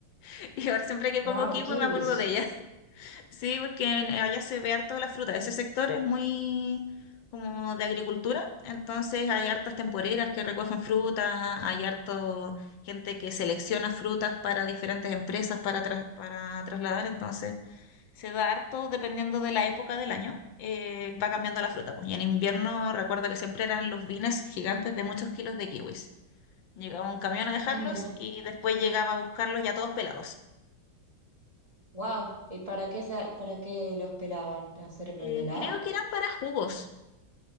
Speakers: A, on the left; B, on the right.
A: <laughs> Y ahora siempre que como
B: Wow,
A: kiwi
B: kiwis.
A: me acuerdo de ella. <laughs> Sí, porque en- allá se ve harto la fruta. Ese sector es muy como de agricultura, entonces hay hartas temporeras que recogen fruta, hay harto gente que selecciona frutas para diferentes empresas para, tras- para trasladar, entonces se da harto dependiendo de la época del año. eh, va cambiando la fruta, pues. Y en invierno recuerdo que siempre eran los vines gigantes de muchos kilos de kiwis. Llegaba un camión a dejarlos
B: Ay, mira.
A: y después llegaba a buscarlos ya todos pelados.
B: Wow. ¿Y para qué se, para qué los pelaban? ¿A hacer mermelada?
A: Eh, creo que eran para jugos.